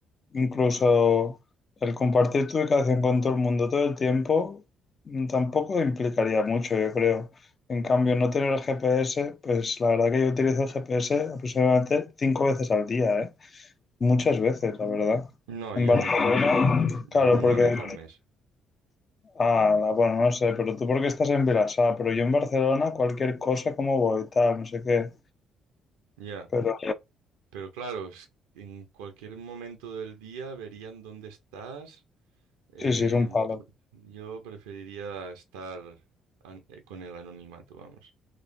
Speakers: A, on the left; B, on the right.
A: Incluso el compartir tu ubicación con todo el mundo todo el tiempo mm, tampoco implicaría mucho, yo creo. En cambio, no tener el GPS, pues la verdad que yo utilizo el GPS aproximadamente cinco veces al día, ¿eh? Muchas veces, la verdad.
B: No,
A: En
B: yo
A: Barcelona,
B: no tanto. Yo
A: claro,
B: una
A: porque...
B: vez al mes.
A: Ah, la- bueno, no sé, pero tú porque estás en Vilassar, pero yo en Barcelona cualquier cosa, como voy, tal, no sé qué.
B: Ya.
A: Pero
B: Pero claro, es- en cualquier momento del día verían dónde estás. Em,
A: sí, sí, es un palo.
B: pf, yo preferiría estar an- eh, con el anonimato, vamos.